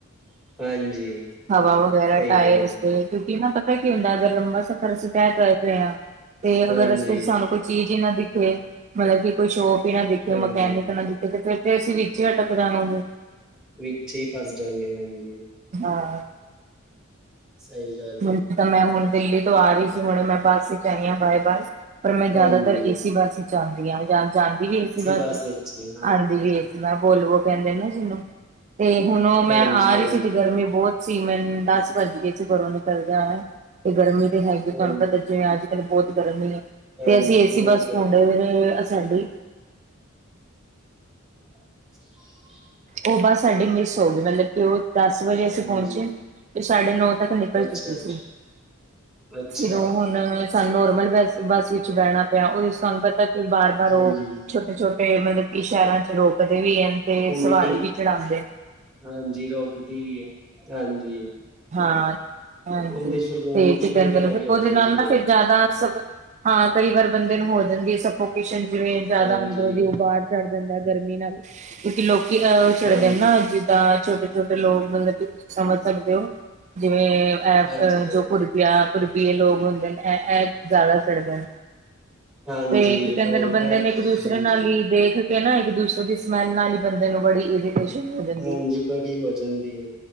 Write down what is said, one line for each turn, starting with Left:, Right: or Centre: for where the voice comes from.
Centre: ਹਾਂਜੀ
Right: ਹਵਾ ਵਗੈਰਾ
Centre: ਸਹੀ
Right: ਟਾਇਰ
Centre: ਗੱਲ
Right: ਇਸਦੇ ਕਿਉਂਕਿ ਨਾ- ਪਤਾ ਕੀ ਹੁੰਦਾ ਅਗਰ ਲੰਬਾ ਸਫ਼ਰ ਅਸੀਂ ਤੈਅ ਕਰ ਰਹੇ ਹਾਂ, ਤੇ ਅਗਰ
Centre: ਹਾਂਜੀ
Right: ਰਸਤੇ ਚ ਸਾਨੂੰ ਕੋਈ ਚੀਜ਼ ਹੀ ਨਾ ਦਿਖੇ, ਮਤਲਬ ਕਿ ਕੋਈ ਸ਼ੋਪ ਹੀ ਨਾ ਦਿਖੇ
Centre: ਹਾਂਜੀ
Right: ਮਕੈਨਿਕ ਨਾ ਦਿਖੇ ਤੇ ਫਿਰ ਤੇ ਅਸੀਂ ਵਿੱਚ ਈ ਹਟਕ ਜਾਵਾਂਗੇ।
Centre: ਵਿੱਚੇ ਹੀ ਫਸ ਜਾਂਗੇ ਹਾਂਜੀ।
Right: ਹਾਂ।
Centre: ਸਹੀ ਗੱਲ
Right: ਹੁਣ
Centre: ਏ।
Right: ਤਾਂ ਮੈਂ ਹੁਣ ਦਿੱਲੀ ਤੋਂ ਆ ਹੀ ਸੀ, ਹੁਣੇ ਮੈਂ ਬੱਸ ਚੇ ਆਈ ਆਂ, ਬਾਏ ਪਾਸ, ਪਰ ਮੈਂ ਜ਼ਿਆਦਾਤਰ
Centre: ਹਾਂਜੀ
Right: ਏਸੀ ਬੱਸ ਚ ਜਾਂਦੀਆਂ ਜਾਂ ਜਾਂਦੀ ਏਸੀ ਬਸ
Centre: ਬੱਸ
Right: ਇਚ,
Centre: ਵਿੱਚ ਹੀ
Right: ਹਾਂਜੀ ਵੇ ਮੈਂ ਵੋਲਵੋ ਕਹਿੰਦੇ ਨਾ ਜਿਹਨੂੰ, ਤੇ ਹੁਣ ਉਹ ਮੈਂ
Centre: ਹਾਂਜੀ,
Right: ਆ ਰਹੀ
Centre: ਹਾਂਜੀ,
Right: ਸੀ ਗਰਮੀ ਬੋਤ ਸੀਮੈਂਨਟ ਦਸ ਭੱਜ ਕੇ ਘਰੋਂ ਨਿਕਲ ਗਿਆ ਹੈ ਤੇ ਗਰਮੀ ਤੇ ਹੈਗੀ ਕਿ
Centre: ਹਾਂਜੀ,
Right: ਤੁਹਾਨੂੰ ਪਤਾ ਜਿਵੇਂ ਅੱਜ ਕਲ੍ਹ ਬਹੁਤ ਗਰਮੀ ਆ
Centre: ਹਾਂਜੀ
Right: ਤੇ ਅਸੀਂ ਏਸੀ
Centre: ਬਹੁਤ
Right: ਬੱਸ
Centre: ਗਰਮੀ
Right: ਪਾਉਂਦੇ ਅਸਡੀ
Centre: <unintelligible>
Right: ਉਹ ਬਸ ਸਾਡੀ ਮਿਸ ਹੋ ਗਈ, ਮਤਲਬ ਕਿ ਉਹ ਦਸ ਵਜੇ ਅਸੀਂ
Centre: ਹਾਂਜੀ,
Right: ਪਹੁੰਚੇ ਤੇ ਸਾਡੇ ਨੌ ਤੱਕ ਨਿਕਲ
Centre: ਅੱਛਾ,
Right: ਚੁੱਕੇ
Centre: ਅੱਛਾ,
Right: ਸੀ।
Centre: ਅੱਛਾ।
Right: ਸਿਰੋਂ ਹੁਣ ਸਾਨੂੰ ਨੋਰਮਲ ਬਸ ਬੱਸ ਵਿੱਚ ਬਹਿਣਾ ਪਿਆ, ਉਹਦੇ ਸਾਨੂੰ ਪਤਾ ਕਿ ਬਾਰ -ਬਾਰ
Centre: ਹਾਂਜੀ
Right: ਉਹ ਛੋਟੇ ਮਤਲਬ ਕਿ ਸ਼ਹਿਰਾਂ ਚ ਰੋਕਦੇ ਵੀ ਅਨ, ਤੇ
Centre: ਵੋਮੀਟਿੰਗ
Right: ਸਵਾਰੀ ਵੀ ਚੜਾਉਦੇ
Centre: ਹਾਂਜੀ, ਰੋਕਦੀ ਵੀ ਏ ਹਾਂਜੀ।
Right: ਹਾਂ ਹਾਂਜੀ
Centre: ਉਹਦੇ ਚ ਫਿਰ ਵੋਮੀਟਿੰਗ
Right: ਤੇ ਚਿਕਨ
Centre: ਵਗੈਰਾ
Right: ਗਰਮ ਫ
Centre: ਵੀ ਹੋ
Right: ਉਹਦੇ
Centre: ਜਾਂਦੀ
Right: ਨਾਲ ਨਾ
Centre: ਹੈ,
Right: ਫਿਰ ਜ਼ਿਆਦਾ ਸਭ ਹਾਂ ਕਈ ਵਾਰ ਬੰਦੇ ਨੂੰ ਹੋ ਜਾਂਦੀ ਏ ਸਕੋ। ੲਸ਼ਨ ਜਿਵੇਂ ਜ਼ਿਆਦਾ
Centre: ਹਾਂਜੀ,
Right: ਅੰਦਰੋਂ ਦੀ ਉਬਾਹਾਰ ਚੜ ਜਾਂਦਾ ਗਰਮੀ ਨਾਲ। ਕਿਉਂਕਿ ਲੋਕੀ ਅ ਛੜਦੇ
Centre: ਹਾਂਜੀ,
Right: ਨੇ ਨਾ,
Centre: ਹਾਂਜੀ,
Right: ਜਿੱਦਾਂ ਛੋਟੇ ਛੋਟੇ ਲੋਕ ਮਤਲਬ ਕਿ ਸਮਝ ਸਕਦੇ ਉ। ਜਿਵੇਂ ਇਹ ਅ
Centre: ਹਾਂਜੀ।
Right: ਜੋ ਪੁੜਬਆ, ਪੜਬੀਏ ਲੋਕ ਹੁੰਦੇ ਨੇ ਅ ਅ ਜ਼ਿਆਦਾ
Centre: ਹਾਂਜੀ
Right: ਤੇ ਕੀ ਕਹਿੰਦੇ
Centre: ਬਹੁਤ
Right: ਨੇ ਬੰਦੇ
Centre: ਐ
Right: ਨੇ ਇੱਕ ਦੂਸਰੇ
Centre: ਹਾਂਜੀ,
Right: ਨਾਲ ਹੀ ਦੇਖ ਨਾ ਇੱਕ ਦੂਸਰੇ ਦੀ ਸਮੈਲ ਨਾਲ ਇ ਬੰਦੇ ਨੂੰ ਬੜੀ ਇਰੀਟੇਸ਼ਨ ਹੋ ਜਾਂਦੀ
Centre: ਹਾਂਜੀ
Right: ਹੈ।
Centre: ਬੜੀ ਹੋ ਜਾਂਦੀ ਏ,